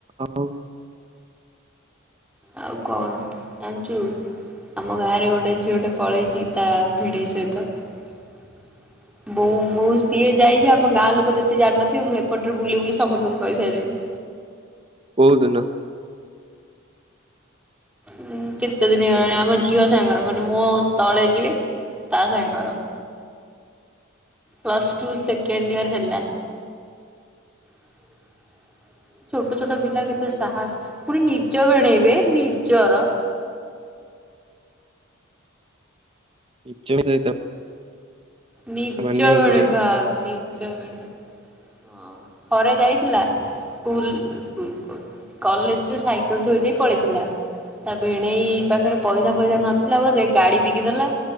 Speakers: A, on the right (about 25°); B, in the centre.
A: ଆଉ।
B: ଆଉ କଣ ଜାଣିଛୁ ଆମ ଗାଁରେ ଗୋଟେ ଝିଅଟେ ପଳେଇଛି ତା ଭିଣେଇ ସହିତ। <inaudible> ବୋଉ ସିଏ ଯାଇଛି ଆମ ଗାଁ ଲୋକ ଯେତେ ଯାଣିନଥିବେ। ମୁଁ ଏପଟରେ ବୁଲି ବୁଲି ସମତ କହିସାଇଲିଣି। <inaudible>
A: କୋଉ ଦିନ
B: ଉ କେତେ ଦିନ ହେଲାଣି ଆମ ଝିଅ ସାଙ୍ଗର ମାନେ ମୋ ତଳେ ଯିଏ ତା ସାଙ୍ଗର। ପ୍ଲସ ଟୁ ସେକେଣ୍ଡ ଇୟର ହେଲା। <inaudible> ଛୋଟ ଛୋଟ ପିଲା କେତେ ସାହସ ପୁଣି ନିଜ ଭେଣେଇବେ ନିଜର।
A: <unintelligible>
B: ନିଜ
A: ମାନିବାକୁ
B: ଭିଣେଇ
A: ପଡିବ।
B: ଭାଉ ନି <inaudible> ହଁ ଥରେ ଯାଇଥିଲା ସ୍କୁଲ କଲେ ସାଇକେଲ ଥୋଇଦେଇ ପଳେଇଥିଲା। ତା ଭିଣେଇ ପାଖରେ ପଇସା ଫଇସା ନଥିଲା ବୋଧେ? ଗାଡ଼ି ବିକିଦେଲା